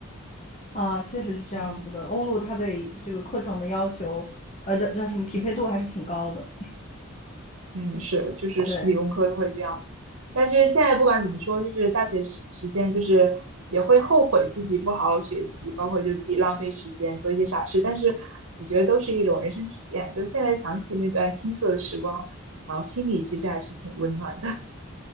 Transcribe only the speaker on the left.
啊？确实是这样子的。
欧陆它对这个课程的要求，呃，叫叫什么匹配度还是挺高的。
对。